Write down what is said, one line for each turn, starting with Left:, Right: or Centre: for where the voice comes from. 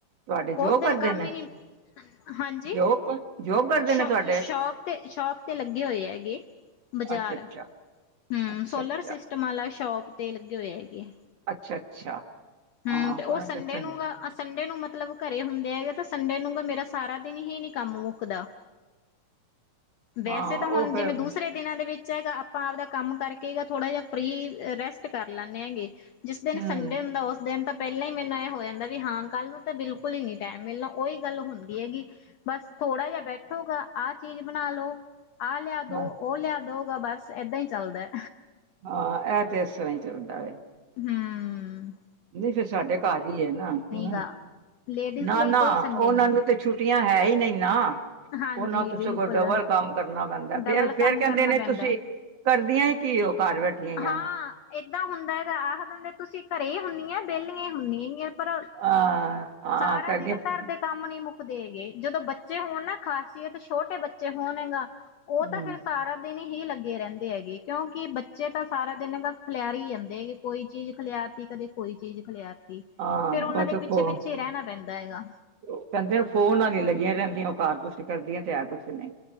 Right: ਤੁਹਾਡੇ ਜੋ
Left: ਉਸ ਦਿਨ
Right: ਕਰਦੇ
Left: ਕੰਮ
Right: ਨੇ
Left: ਈ ਨੀ- ਹਾਂਜੀ।
Right: ਜੋਬ ਜੋਬ ਕਰਦੇ
Left: ਸ਼ੋ
Right: ਨੇ ਤੁਹਾਡੇ
Left: ਸ਼ੋਪ 'ਤੇ ਸ਼ੋਪ ਤੇ ਲੱਗੇ ਹੋਏ ਹੈਗੇ। ਬਜ਼ਾਰ-
Right: ਅੱਛਾ ਅੱਛਾ
Left: ਹੂੰਅ-ਸੋਲਰ
Right: ਅੱਛਾ ਅੱਛਾ
Left: ਸਿਸਟਮ ਆਲਾ- ਸ਼ੋਪ ਤੇ ਲੱਗੇ ਹੋਏ ਹੈਗੇ ਆ।
Right: ਅੱਛਾ ਅੱਛਾ। ਹਾਂ
Left: ਹੂੰਅ ਤੇ
Right: ਪੜ੍ਹਨ
Left: ਓ ਸੰਡੇ ਨੂੰ ਘ ਸੰਡੇ ਨੂੰ ਮਤਲਬ ਘਰੇ ਹੁੰਦੇ ਹੈਗੇ ਤਾਂ ਸੰਡੇ ਨੂੰ ਮੇਰੇ ਤਾਂ ਸਾਰਾ ਦਿਨ ਹੀ ਨੀ ਕੰਮ ਮੁੱਕਦਾ। ਵੈਸੇ
Right: ਹਾਂ
Left: ਤਾਂ
Right: ਉਹ
Left: ਹੁਣ
Right: ਫਿਰ
Left: ਜਿਵੇਂ ਦੂਸਰੇ ਦਿਨਾਂ ਦੇ ਵਿੱਚ- <unintelligible> ਆਪਾਂ ਆਵਦਾ ਕੰਮ ਕਰਕੇਗਾ ਥੋੜ੍ਹਾ ਜਿਆ ਫ੍ਰੀ ਰੈਸਟ ਕਰ ਲੈਂਨੇ। ਹੈਗੇ ਜਿਸ
Right: ਹਮ
Left: ਦਿਨ ਸੰਡੇ ਹੁੰਦਾ ਉਸ- ਦਿਨ ਤਾਂ ਪਹਿਲਾਂ ਈ ਮੈਨੂੰ ਏ ਹੋ ਜਾਂਦਾ ਵੀ ਹਾਂ ਕੱਲ ਨੂੰ ਤਾਂ ਬਿਲਕੁਲ ਈ ਨੀ ਟੈਮ ਮਿਲਣਾ। ਉਹੀ ਗੱਲ ਹੁੰਦੀ ਹੈਗੀ। ਬਸ ਥੋੜਾ ਜਿਹਾ ਬੈਠੋਗਾ। ਆਹ ਚੀਜ਼ ਬਣਾ ਲੋ- ਆ ਲਿਆ ਦੋ
Right: ਹਾਂ
Left: ਓ ਲਿਆ ਦੋ। ਤਾਂ ਬਸ ਏਦਾਂ ਈ ਚੱਲਦਾ।
Right: ਹਾਂ ਐ ਤੇ ਇਸ ਤਰ੍ਹਾਂ ਈ- ਚਲਦਾ ਏ।
Left: ਹੂੰਅ
Right: ਨਈ ਫਿਰ ਸਾਡੇ ਘਰ ਈ ਏ ਨਾ ਹੂੰ।
Left: ਗਾ ਲੇਡੀਜ਼
Right: ਨਾ
Left: ਲਈ
Right: ਨਾ
Left: ਕੋਈ ਸੰਡੇ
Right: ਉਨਾਂ
Left: ਨਹੀਂ
Right: ਨੂੰ ਤੇ ਛੁੱਟੀ ਹੈ ਈ ਨਈ ਨਾ।
Left: ਹਾਂਜੀ
Right: ਉਹ ਨੂੰ ਤ
Left: ਬਿਲਕੁਲ
Right: ਸਗੋਂ ਡਬਲ ਕੰਮ ਕਰਨਾ ਪੈਂਦਾ।
Left: ਡਬਲ
Right: ਫਿਰ - ਫਿਰ
Left: ਕੰਮ ਕਰਨਾ
Right: ਕੇਂਦੇ ਨੇ
Left: ਪੈਂਦਾ
Right: ਤੁਸੀਂ ਕਰਦੀਆਂ ਈ ਕੀ ਓ? ਘਰ ਬੈਠੀਆਂ ਈਆ।
Left: ਹਾਂ ਏਦਾਂ ਹੁੰਦਾ ਐ ਆਖ ਦ ਦੰਦੇ ਤੁਸੀਂ ਘਰੇ ਈ ਹੁੰਨੀਆ ਵੇਲੀਆਂ ਈ ਹੁੰਨੀਆਂ ਪਰ
Right: ਆਹ ਆ
Left: ਸਾਰਾ
Right: ਕਰਦੀਆਂ
Left: ਦਿਨ
Right: ਫ-
Left: ਘਰ ਦੇ ਗੇ। ਜਦੋਂ ਬੱਚੇ ਹੋਣ ਨਾ ਖਾਸੀਅਤ ਛੋਟੇ ਬੱਚੇ ਹੋਣ ਗਾ। ਓ
Right: ਹਮ
Left: ਤਾਂ ਫਿਰ ਸਾਰਾ ਦਿਨ ਈ - ਹੀ ਲੱਗੇ ਰਹਿੰਦੇ ਐਗੇ ।ਕਿਉਂਕਿ ਬੱਚੇ ਤਾਂ ਸਾਰਾ ਦਿਨ ਖਿਲਿਆਰੀ ਈ ਜਾਂਦੇ ।ਕਦੇ ਕੋਈ ਚੀਜ਼ ਖਿਲਿਆਰਤੀ, ਕਦੇ ਕੋਈ ਚੀਜ਼ ਖਿਲਿਆਰਤੀ।
Right: ਹਾਂ
Left: ਫਿਰ ਉਹਨਾਂ
Right: ਬ
Left: ਦੇ ਪਿੱਛੇ
Right: ਪੋਹਾ
Left: ਪਿੱਛੇ ਰਹਿਣਾ ਪੈਂਦਾ ਹੈਗਾ
Right: ਕਹਿੰਦੇ ਫੋਨਾਂ ਦੀ ਲੱਗੀਆਂ ਰਹਿੰਦੀਆਂ ਉਹ ਕਾਰ ਤੁਸੀਂ ਕਰਦੀਆਂ ਤੇ ਹੈ ਕੁਛ ਨਹੀਂ